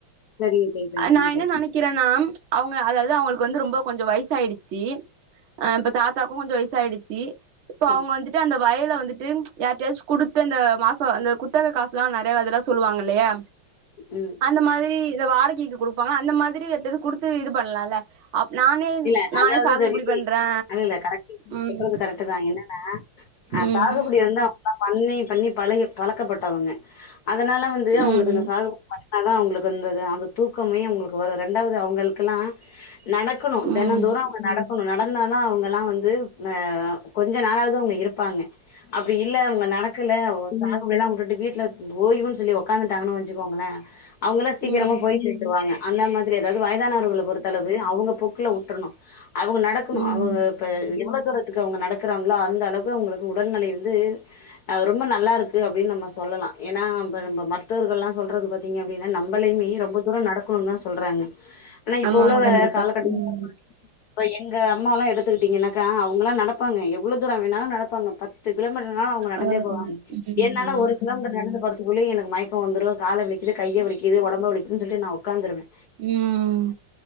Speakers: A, on the left; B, on the right.
A: சரிங்க தோழி சரிங்க
B: நா என்ன
A: தோழி
B: நெனக்கிறனா அவுங்க அதாது அவுங்களுக்கு வந்து ரொம்ப கொஞ்ச வயசாயிடுச்சி ஆ இப்ப தாத்தாவுக்கு கொஞ்ச வய்சாயிடுச்சி இப்ப அவுங்க
A: ம்
B: வந்துட்டு அந்த வயல வந்துட்டு ச் யார்டையாச்சு குடுத்து அந்த மாஸ் தோ அந்த குத்தக காசுல்லா நெறயா அதெல்லா சொல்லுவாங்க இல்லையா
A: ம்
B: அந்த மாதிரி இநத வாடகைக்கு குடுப்பாங்க அந்த மாதிரி யார்டயாது குடுத்து இது பண்லால்ல அப் நானே
A: இல்ல
B: நானே
A: அதாவது
B: சாகுபடி
A: தோழி
B: பண்றே
A: இல்ல கரெக்ட் நி
B: ம்
A: சொல்றது கரெக்ட்டுதா என்னனா ஆ
B: ம்
A: சாகுபடி வந்தா லா பண்ணி பண்ணி பழகி பழக்கப்பட்டவங்க அதனால வந்து அவுங்களுக்கு
B: ம்
A: அந்த சாகுபடி பண்ணா ணா அவுங்களுக்கு ந்தது அவுங்க தூக்கமே அவுங்களுக்கு வரு ரண்டாவது அவங்களுக்குல்லா நட க்குணு
B: ம்
A: தினந்தோரு அவுங்க நடக்கணு நட ன்னா தா அவுங்கலா வந்து ந கொஞ்ச நாளாவது அவுங்க இருப்பாங்க அப்டி இல்ல அவுங்க நடக்குல <unintelligible> உட்டுட்டு வீட்ல ஓய்வுனு சொல்லி ஒக்காந்துட்டாங்கன் வச்சுக்கோங்களே அவுங்கல்லா சீக்கிரமா
B: ம் ம்
A: போயி சேந்துருவாங்க அந்த மாதிரி அதாவது வயதானவர்கள பொறுத்தளவு அவுங்க க்ல உட்ரனு அவுங்க நடக்கணு
B: ம்
A: அவுங்க இப்ப எவ்வள தூரத்துக்கு அவுங்க நடக்றாங்களோ அந்த அளவுக்கு அவுங்களுக்கு உடல்நிலை வந்து அ ரொம்ப நல்லா இருக்கு அப்டின் நம்ம சொல் சொல்லலா ஏனா நம்ப மருத்துவர்கலா சொல்றது பாத்திங்க அப்டினா நம்பளையுமே ரொம்ப துரோ நடக்கணுதா சொல்றாங்க. ஆன இப்ப
B: ஆமா
A: உள்ளவ
B: ஆமா கண்டிப்பா
A: காலகட்ட
B: ம்
A: ப்ப எங்க அம்மலா எடுத்துக்கிட்டீங்கன்னாக்கா அவுங்கலா நடப்பாங்க எவ்ளோ தூர வேணாலு நடப்பாங்க பத் த்து கிலோ மீட்டர் நாளு அவுங்க நடந்தே
B: ஆ
A: போவாங்க
B: ம்
A: என்னால ஒரு கிலோமீட்டர் நடந்து போறத் புள்ளயே எனக்கு மயக்க வந்துரு கால வலிக்கிது கைய வலிக்கிது ஓடம்பு வலிக்குது சொல்டு நா உட்காந்துருவே
B: ம்